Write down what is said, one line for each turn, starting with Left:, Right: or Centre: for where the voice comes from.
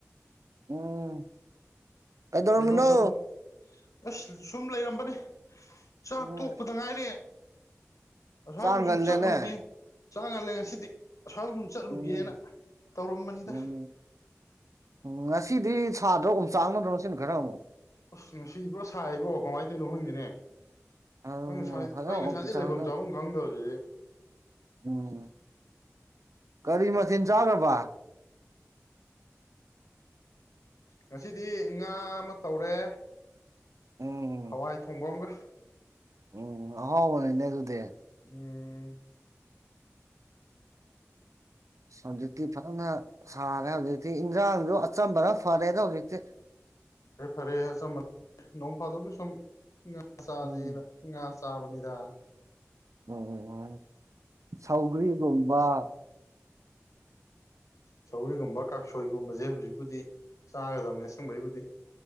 Right: ꯎꯝ ꯀꯩꯗꯔꯃꯤꯅꯣ
Left: ꯂꯩꯐꯝ ꯆꯥꯐꯝ ꯑꯁ ꯁꯨꯝ ꯂꯩꯔꯝꯕꯅꯦ ꯆꯥꯛ
Right: ꯎꯝ
Left: ꯇꯣꯛꯄꯗ ꯉꯥꯏꯔꯦ ꯑꯁ꯭ꯋꯥꯏꯕꯨ
Right: ꯆꯥꯡꯒꯜꯂꯦꯅꯦ
Left: ꯁꯨꯝ ꯆꯠꯂꯨꯒꯦ ꯆ ꯉꯜꯂꯦ ꯉꯁꯤꯗꯤ ꯑꯁ꯭ꯋꯥꯏꯐꯥꯎ ꯁꯨꯝ ꯆꯠꯂꯨꯒꯦꯅ
Right: ꯎꯝ
Left: ꯇꯧꯔꯝꯕꯅꯤꯗ
Right: ꯎꯝ ꯎꯝ ꯉꯁꯤꯗꯤ ꯁꯥꯗ꯭ꯔ ꯑꯨꯝ ꯆꯥꯡꯅ ꯅꯁꯤ ꯔ ꯑꯃ
Left: ꯑꯁ ꯅꯨꯡꯁꯤꯕ꯭ꯔꯣ ꯁꯥꯏꯕ꯭ꯔꯣ ꯀꯃꯥꯏꯅ ꯇꯧꯔꯤꯅꯣ ꯍꯈꯪꯒꯤꯅꯦ
Right: ꯑꯗꯨꯅꯦ
Left: ꯑꯩ ꯉꯁꯥꯏ
Right: ꯐꯖꯅ
Left: ꯑꯩ ꯉꯁꯥꯏꯗꯤ
Right: ꯑꯣꯝꯆꯥꯛꯅꯩ
Left: ꯂꯩꯐꯝ ꯆꯥꯐꯝ ꯈꯪꯗꯕꯁꯤꯗꯤ
Right: ꯎꯝ ꯀꯔꯤ ꯃꯊ ꯆꯥꯕ
Left: ꯉꯁꯤꯗꯤ ꯉꯥ ꯑꯃ ꯇꯧꯔꯦ
Right: ꯎꯝ
Left: ꯍꯋꯥꯏ ꯊꯣꯡꯕ ꯑꯃꯒ
Right: ꯎꯝ ꯍꯥꯎꯕꯅꯤꯅꯦ ꯑꯗꯨꯗꯦ
Left: ꯎꯝ
Right: ꯍꯧꯖꯤꯛꯇꯤ ꯐꯖꯅ ꯁꯥꯔꯦ ꯍꯧꯖꯤꯛꯇꯤ ꯏꯟꯖꯥꯡꯁꯨ ꯑꯆꯝꯕꯅ ꯐꯔꯦꯗ ꯍꯧꯖꯤꯛꯇꯤ
Left: ꯐꯔꯦ ꯐꯔꯦ ꯅꯣꯡ ꯐꯥꯗꯣꯛꯒꯤ ꯁ ꯆꯥꯁꯦꯅ
Right: ꯎꯝ
Left: ꯉꯥ ꯆꯥꯕꯅꯤꯗ
Right: <unintelligible> ꯁꯧꯒ꯭ꯔꯤꯒꯣꯕ
Left: ꯁꯧꯔꯤꯒꯨꯝꯕ ꯀꯥꯡꯁꯣꯏꯒꯨꯝꯕꯁꯦ ꯍꯧꯖꯤꯛꯄꯨꯗꯤ ꯆꯥꯒꯗꯝꯕꯅꯦ ꯑꯁꯪꯕꯩꯕꯨꯗꯤ